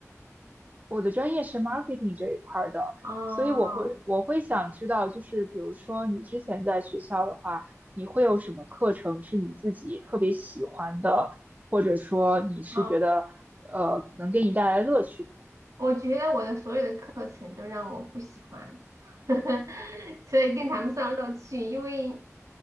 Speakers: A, on the right (about 30°); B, on the right (about 80°).
A: 我的专业是 marketing 这一块儿的，
B: 哦
A: 所以我会我会想知道，就是比如说你之前在学校的话，你会有什么课程是你自己特别喜欢的，或者说你是觉得呃能给你带来乐趣的？
B: 哦我觉得我的所有的课程都让我不喜欢，<laughs> 所以更谈不上乐趣。
A: 嗯
B: 因为